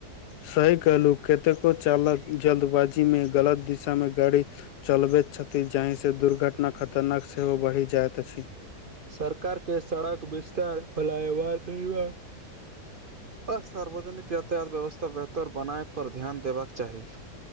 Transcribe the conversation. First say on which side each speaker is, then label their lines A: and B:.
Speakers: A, on the left; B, on the right.
A: सही कहलहुँ कतेको चालक जल्दबाजीमे गलत दिशामे गाड़ी चलबैत छथि जाहिसँ दुर्घटना खतरनाक सेहो बढ़ि जाइत अछि
B: सरकार के सड़क विस्तार फलायवार नहिव अ सार्वजनिक यातायात व्यवस्था बेहतर बनाय पर ध्यान देबाक चाही